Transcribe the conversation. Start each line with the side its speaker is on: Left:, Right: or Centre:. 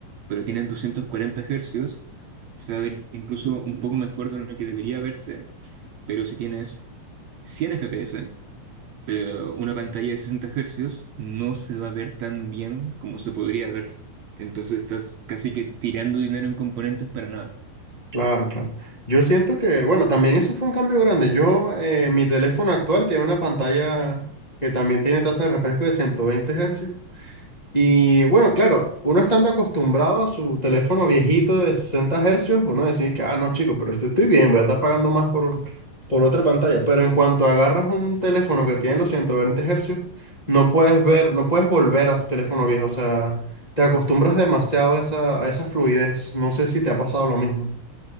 Right: pero tienen 240 hercios se va a ver incluso un poco mejor de lo que debería verse, pero si tienes 100 FPS, pero una pantalla de 60 hercios no se va a ver tan bien como se podría ver. Entonces estás casi que tirando dinero en componentes para nada.
Left: Claro, claro. Yo siento que, bueno, también eso fue un cambio grande. Yo, eh, mi teléfono actual tiene una pantalla que también tiene tasa de refresco de 120 hercios. Y bueno, claro, uno estando acostumbrado a su teléfono viejito de 60 hercios, uno decide que, ah, no, chico, pero esto estoy bien, voy a estar pagando más por, por otra pantalla. Pero en cuanto agarras un teléfono que tiene los 120 hercios, no puedes ver, no puedes volver a tu teléfono viejo. O sea, te acostumbras demasiado a esa, a esa fluidez. No sé si te ha pasado lo mismo.